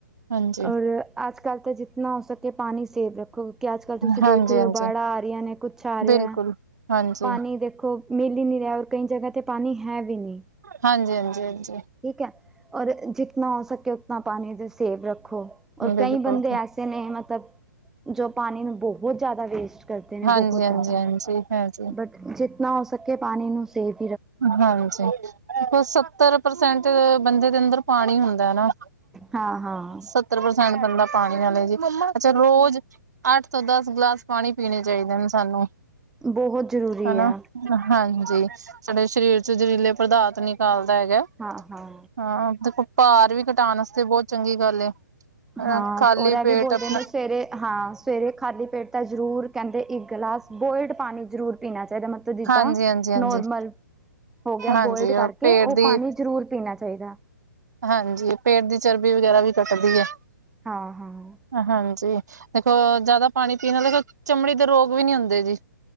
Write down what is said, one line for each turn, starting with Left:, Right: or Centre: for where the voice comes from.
Right: ਹਾਂਜੀ
Centre: ਔਰ ਆਜ ਕੱਲ ਤਾਂ ਜਿੱਤਨਾ ਹੋ ਸਕੇ ਪਾਣੀ ਸੇਵ ਰੱਖੋ, ਕਿ ਅੱਜ ਕੱਲ੍ਹ ਤੁਸੀਂ
Right: ਹਾਂਜੀ
Centre: ਦੇਖ ਰ, ਹੇ
Right: ਹਾਂਜੀ
Centre: ਹੋ ਬਾੜਾਂ ਆ ਰਹੀਆਂ ਨੇ ਕੁਛ ਆ ਰਿਹਾ
Right: ਬਿਲਕੁਲ ਹਾਂਜੀ
Centre: ਪਾਣੀ ਦੇਖੋ ਮਿਲ ਹੀ ਨਹੀਂ ਰਿਹਾ ਔਰ ਕਈ ਜਗ੍ਹਾ ਤੇ ਪਾਣੀ ਹੈ ਵੀ ਨਹੀਂ,
Right: ਹਾਂਜੀ ਹਾਂਜੀ ਹਾਂਜੀ,
Centre: ਠੀਕ ਹੈ ਔਰ ਜਿਤਨਾ, ਹੋ ਸਕੇ ਉਤਨਾ ਪਾਣੀ ਦੇ ਸੇਵ ਰੱਖੋ ਔਰ
Right: ਬਿਲਕੁਲ
Centre: ਕਈ ਬੰਦੇ ਐਸੇ ਨੇ ਮਤਲਬ ਜੋ ਪਾਣੀ ਮ ਬਹੁ, ਬਹੁਤ ਜ਼ਿਆਦਾ ਵੇਸਟ ਕਰ, ਦੇ ਨੇ
Right: ਹਾਂਜੀ,
Centre: ਬਹੁਤ
Right: ਹਾਂਜੀ,
Centre: ਜ਼ਿਆਦਾ
Right: ਹਾਂਜੀ, ਹਾਂਜੀ,
Centre: ਬਟ ਜਿਤਨਾ ਹੋ ਸਕੇ ਪਾਣੀ ਨੂੰ ਸੇਫ
Right: ਹਾਂਜੀ, ਦੇਖੋ ਸੱਤਰ ਪਰਸੈਂਟ ਬੰਦੇ ਦੇ ਅੰਦਰ ਪਾਣੀ ਹੁੰਦਾ ਨਾ,
Centre: ਹਾਂ ਹਾਂ
Right: ਸੱਤਰ ਪ੍ਰਸੈਂਟ ਬੰਦਾ ਪਾਣੀ ਵਾਲੇ ਜੀ ਅੱਛਾ ਰੋਜ਼, ਅੱਠ ਤੋਂ ਦਸ ਗਲਾਸ ਪਾਣੀ ਪੀਣੇ ਚਾਹੀਦੇ ਨੇ ਸਾਨੂੰ,
Centre: ਬਹੁਤ ਜ਼ਰੂਰੀ
Right: ਹਨਾ
Centre: ਆ,
Right: ਹਾਂਜੀ ਸਾਡੇ ਸਰੀਰ ਚ ਜ਼ਹਿਰੀਲੇ ਪਦਾਰਥ ਨਿਕਾਲਦਾ ਹੈਗਾ,
Centre: ਹਾਂ ਹਾਂ
Right: ਹਾਂ ਦੇਖੋ ਭਾਰ ਵੀ ਘਟਾਣ ਵਾਸਤੇ ਬਹੁਤ ਚੰਗੀ ਗੱਲ ਏ ਅ
Centre: ਹਾਂ
Right: ਖਾਲੀ
Centre: ਐਰ
Right: ਪੇਟ
Centre: ਵੀ ਬੋਲਦੇ
Right: ਆਪਣਾ
Centre: ਨੇ ਸਵੇਰੇ ਹਾਂ, ਸਵੇਰੇ ਖਾਲੀ ਪੇਟ ਤਾਂ ਜ਼ਰੂਰ ਕਹਿੰਦੇ ਇੱਕ ਗਲਾਸ ਬੋਇਲਡ ਪਾਣੀ ਜ਼ਰੂਰ ਪੀਣਾ ਚਾਹੀਦਾ ਮਤਲਬ, ਜਿੱਦਾਂ
Right: ਹਾਂਜੀ, ਹਾਂਜੀ, ਹਾਂਜੀ,
Centre: ਨੋਰਮਲ ਹੋ ਗਿਆ
Right: ਹਾਂਜੀ
Centre: ਬੋਇਲਡ ਕਰਕੇ
Right: ਪੇਟ
Centre: ਉਹ
Right: ਦੀ
Centre: ਪਾਣੀ ਜ਼ਰੂਰ ਪੀਣਾ ਚਾਹੀਦਾ
Right: ਹਾਂਜੀ ਪੇਟ ਦੀ ਚਰਬੀ ਵਗੈਰਾ ਵੀ ਘਟਦੀ ਹੈ,
Centre: ਹਾਂ ਹਾਂ,
Right: ਹਾਂਜੀ ਦੇਖੋ ਜਿਆਦਾ, ਪਾਣੀ ਪੀਣਾ ਦੇਖੋ ਚਮੜੀ ਦੇ ਰੋਗ ਵੀ ਨਹੀਂੀ ਹੁੰਦੇ ਜੀ